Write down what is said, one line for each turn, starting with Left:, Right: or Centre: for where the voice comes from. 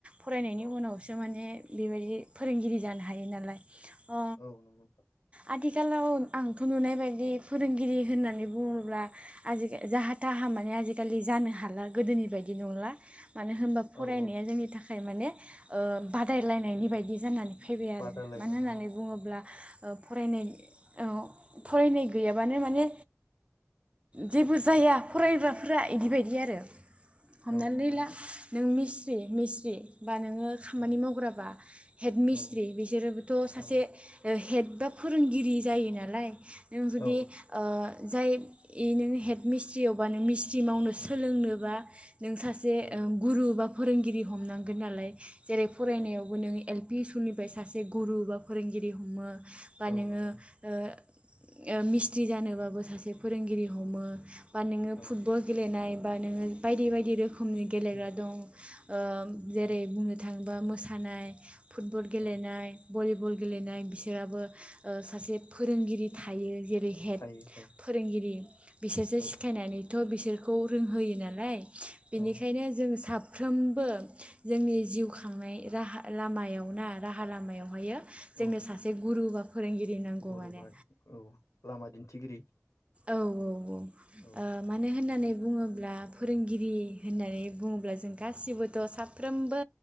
Right: फरायनायनि
Left: औ
Right: उनावसो माने बेबायदि फोरोंगिरि
Left: औ
Right: जानो हायो नालाय अ
Left: औ नंगौ नोंथां
Right: आथिखाल आथिखालाव आंथ नुनाय बायदि फोरोंगिरि होननानै बुंङो होनब्ला आजि जाहा थाहा माने आजिखालि जानो हाला गोदोनि बायदि नंला। मानो होनबा फरायनाया
Left: औ
Right: जोंनि थाखाय थाखाय माने ओ बादायलायनायनि
Left: औ
Right: बायदि जानानै फैबाय आरो
Left: बादायलायनाय
Right: मानो होननानै बुंङोब्ला ओ फरायनाय औ फरायनाय गैयाबानो माने जेबो जाया फरायग्राफोरा इदि बायदि आरो। हमनानै
Left: औ नंगौ नोंथां
Right: ला नों मिस <unintelligible> मिस्रि बानायनो खामानि
Left: औ
Right: मावग्राबा हेड मिस्ट्रि
Left: औ
Right: बिसोरोबोथ सासे
Left: औ
Right: हेद बा फोरोंगिरि जायो नालाय। नों जुदि
Left: औ
Right: ओ जाय ए नोंङो हेद मिस्ट्रियावबा नों मिस्ट्रि मावनो सोलोंनोबा नों सासे
Left: औ
Right: ओ गुरु बा फो फोरोंगिरि हमनांगोन नालाय जेरै फरायनायावबो
Left: औ
Right: नों एल बे सुनिफ्राय सासे गुरु बा फोरोंगिरि हमो बा
Left: औ
Right: नोंङो
Left: नंगौ
Right: ओ
Left: नोंथां
Right: ओ मिस्थ्रि जानोबाबो सासे फोरोंगिरि हमो। बा नोङो
Left: औ
Right: फुटबल गेलेनाय बा नोङो बायदि बायदि रोखोम नि गेलेग्रा
Left: औ
Right: दं ओ जेरै
Left: औ
Right: बुंनो थांबा मोसानाय फुटबल गेलेनाय
Left: औ
Right: भलिबल गेलेनाय
Left: औ
Right: बिसोराबो ओ सासे फोरोंगिरि थायो। जेरै हेद
Left: थायो थायो
Right: फोरोंगिरि बिसोरसो
Left: औ
Right: सिखायनानै थ' बिसोरखौ रोंहोयो नालाय बेनिखायनो
Left: औ
Right: जों साफ फ्रोमबो जोंनि जिउ खांनाय राहा लामायाव ना राहा लामायावहायो जोंनो
Left: औ
Right: सासे गुरु बा फोरोंगिरि नांगौ
Left: गुरु
Right: माने
Left: <unintelligible> औ लामा दिन्थिगिरि।
Right: औ औ औ ओ
Left: औ
Right: मानो होननानै बुङोब्ला फोरोंगिरि होननानै बुङोब्ला जों गासिबोथ' साफ्रोमबो